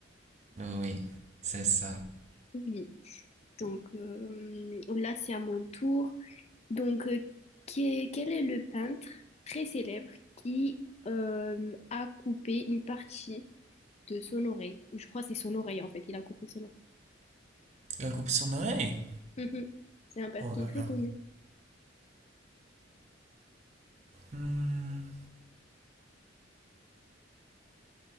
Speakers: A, on the right; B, on the left.
A: Oui, c'est ça.
B: Oui. Donc euh, là, c'est à mon tour. Donc, euh, que- quel est le peintre très célèbre qui euh, a coupé une partie de son oreille? Ou je crois que c'est son oreille en fait, il a coupé son oreille.
A: La coupe son oreille.
B: Mhm. C'est un peintre
A: Oh
B: qui
A: là
B: est très
A: là.
B: connu.
A: Hmm.